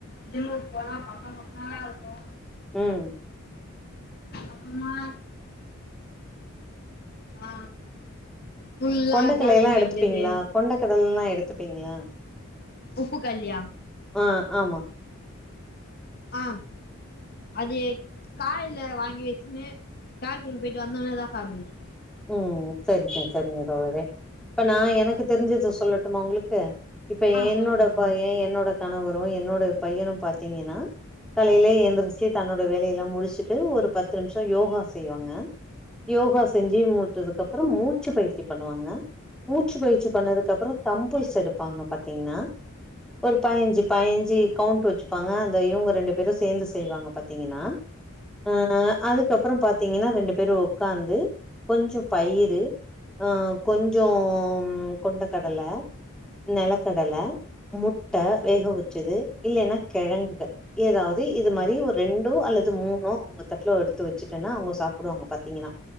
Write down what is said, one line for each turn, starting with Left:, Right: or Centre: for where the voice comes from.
Left: ஜிம்முக்கு போன பக்கம் பக்கமா இருக்கு
Centre: உம்
Left: அப்பறமா ஆ ஃபுல்லா
Centre: கொண்ட கடலையலா
Left: ஜாக்கிங்
Centre: எடுத்துப்பீங்களா
Left: அடிக்கிறது
Centre: கொண்ட கடலைலா எடுத்துப்பீங்களா
Left: உப்பு கல்யா
Centre: ஆ ஆமா
Left: ஆ அது காலையில வாங்கி வெச்சுன்னு சாகிங் போயிட்டு வந்தோனேதா சாப்பிடுவே
Centre: உம் சரிங்க சரிங்க தோழரே இப்ப நா எனக்கு தெரிஞ்சது சொல்லட்டுமா உங்களுக்கு இப்ப
Left: ஆ
Centre: என்னோட
Left: சொல்லுங்க சொல்லுங்க
Centre: பைய என்னோட கணவரு என்னோட பையனு பாத்தீங்கன்னா கலையில எந்திரிச்சு தன்னோட வேலையெல்லா முடிச்சுட்டு ஒரு பத்து நிமிஷோ யோகா செய்வாங்க யோகா செஞ் சு மூட்டதுக்கு அப்புறோ மூச்சு பயிற்சி பண்ணுவாங்க மூச்சு பயிற்சி பண்ணது கப்புரோ தம்புள்ஸ் எடுப்பாங்க பாத்தீங்கன்னா ஒரு பயிஞ்சு பயிஞ்சு கவுண்ட் வச்சுப்பாங்க அந்த இவங்க ரெண்டு பேரு சேந்து செய்வாங்க பாத்தீங்கன்னா ஆ அதுக்கப்புறோ பாத்தீங்கன்னா ரெண்டு பேரு உக்காந்து கொஞ்சு பயிரு ஆ கொஞ்சு கொண்ட கடல நெலக்கடல மு ட்ட வேக
Left: ம்
Centre: வச்சது இல்லன்னா கெழங்குக ஏதாவது இது மாரி ஒரு ரெண்டோ அல்லது மூணு அவங்க தட்ல எடுத்து வச்சுட்டேன்னா அவங்க சாப்பிடுவாங்க பாத்தீங்கன்னா